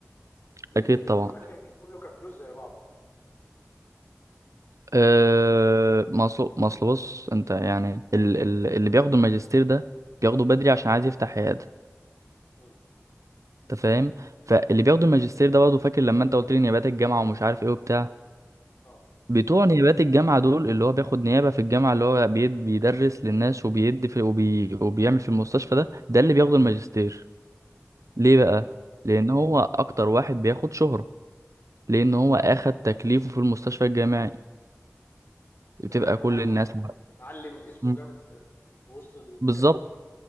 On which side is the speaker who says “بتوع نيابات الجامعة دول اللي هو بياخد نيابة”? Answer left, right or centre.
Right